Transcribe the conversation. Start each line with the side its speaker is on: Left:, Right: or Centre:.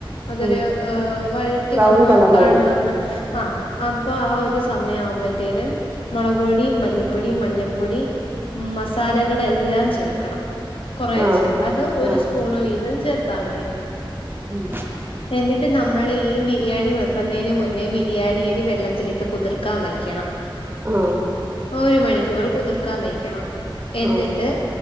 Left: അതൊരു
Right: ഉം
Left: ഏഹ് വഴറ്റി
Right: ബ്രൗൺ
Left: വന്ന്
Right: കളർ
Left: കാണുവന്ന്
Right: വരുന്നു
Left: ആഹ് അപ്പൊ ആ ഒരു സമയം ആവുമ്പത്തേനും മൊളക് പൊടി മല്ലിപ്പൊടി മഞ്ഞപ്പൊടി മസാലകൾ എല്ലാം ചേർക്കണം കൊറേശെ
Right: ആഹ്
Left: അത് ഒരു
Right: ആഹ്
Left: സ്പൂണ് വീതം ചേർത്താ മതി
Right: ഉം
Left: എന്നിട്ട് നമ്മള് ഈ ബിരിയാണി വെക്കുന്നതിന് മുന്നേ ബിരിയാണി അരി വെള്ളത്തിലിട്ട് കുതിർക്കാൻ വയ്ക്കണം
Right: ആഹ്
Left: ഒരു മണിക്കൂറ് കുതിർക്കാൻ വെക്കണം എന്നിട്ട്
Right: ആഹ്